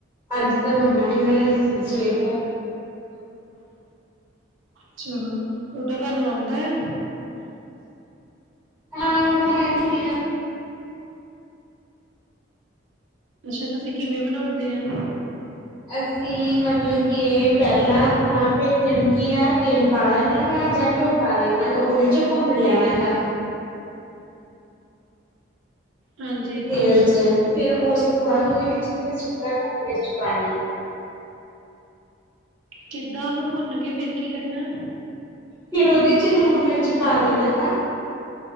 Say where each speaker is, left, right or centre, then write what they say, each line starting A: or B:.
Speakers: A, on the right; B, on the right.
A: ਅੱਜ ਤਾਂ ਮੰਮਾ ਨੇ ਬਣਾਏ ਸੀ ਸਵੇ <unintelligible>
B: ਚਲੋ, ਉਹ ਤਾਂ ਤੁਹਾਨੂੰ ਆਉਂਦਾ ਆ।
A: ਹੈ ਭਾਣਾ ਲੈਂਦੀ ਹੁੰਦੀ ਆ। <unintelligible>
B: ਅੱਛਾ ਤੁਸੀਂ ਕਿਵੇਂ ਬਣਾਉਂਦੇ ਆ?
A: ਅਸੀਂ ਮਤਲਬ ਕੇ ਪਹਿਲਾਂ ਤਾਂ ਪੇਠੇ ਨੂੰ ਕੀ ਹੈ ਤੇਲ ਪਾ ਲੈਣਾ ਗਾ ਜਾਂ ਘਿਓ ਪਾ ਲੈਣਾ ਗਾ ਉਹਦੇ ਚ ਭੁੰਨ ਲੈਣਾ ਗਾ।
B: ਹਾਂਜੀ
A: ਤੇਲ ਚ ਫਿਰ ਉਸ ਤੋਂ ਬਾਅਦ ਉਹਦੇ ਵਿੱਚ ਸੁੱਕਾ ਨੁਣ ਮਿਰਚ ਪਾ ਲ <unintelligible>
B: ਕਿੱਦਾਂ ਉਹਨੂੰ ਭੁੰਨ ਕੇ ਫਿਰ ਕੀ ਕਰਨਾ?
A: ਫਿਰ ਉਹਦੇ ਚ ਨੁੰਣ ਮਿਰਚ ਪਾ ਦੇਣਾ ਗਾ।